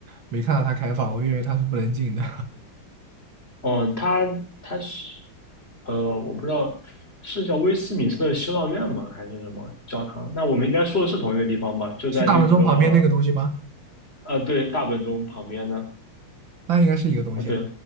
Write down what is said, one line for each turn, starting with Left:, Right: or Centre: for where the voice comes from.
Right: 没看到它开放，我以为它是不能进的。
Left: 哦、它它是呃，我不知道是叫威斯敏斯特修道院吗，还是什么教堂？那我们应该说的是同一个地方吧？就在那个
Right: 是大门钟旁边那个东西吗？
Left: 呃，对，大本钟旁边呢。
Right: 那应该是一个东西啊。
Left: 啊，对，